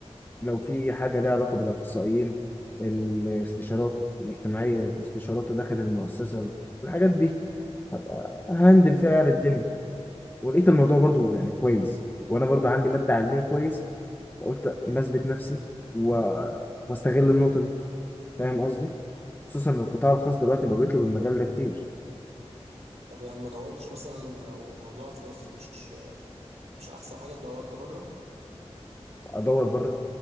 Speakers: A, on the left (about 20°); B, on the right (about 80°).
A: لو في حاجة ليها علاقة بالأخصائيين الاستشارات الاجتماعية الاستشارات داخل المؤسسة الحاجات دي هبقى هندل فيها يعني الدنيا ولقيت الموضوع برضو يعني كويس وأنا برضو عندي مادة علمية كويس فقلت ما أثبت نفسي و... واستغل النقطة دي فاهم قصدي؟ خصوصا إن القطاع الخاص دلوقتي بقى بيطلب المجال
B: آه.
A: ده كتير
B: طب يعني ما دورتش مثلا لو موضوع في مصر مش مش احسن حاجه دورت بره
A: أدور بره